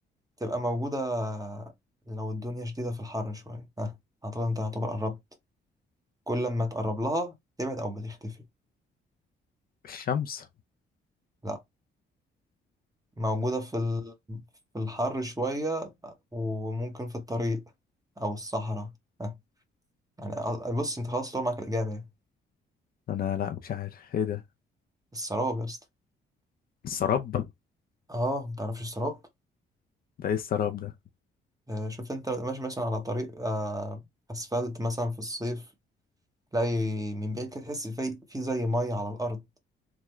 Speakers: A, on the right; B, on the left.
A: تبقى موجودة لو الدنيا شديدة في الحر شوية ها أعتقد أنت هتبقى قربت كل ما تقرب لها تبعد أو بتختفي
B: الشمس
A: لا موجودة في ال... في الحر شوية وممكن في الطريق أو الصحراء ها يعني أ- بص أنت خلاص طلع معاك الإجابة يعني.
B: انا لا مش عارف ايه ده
A: السراب يا اسطى
B: السراب ده
A: أه متعرفش السراب
B: ايه السراب ده
A: آه، شفت أنت ماشي مثلا على طريق آه، أسفلت مثلا في الصيف تلاقي من بعيد كده تحس في في زي مية على الأرض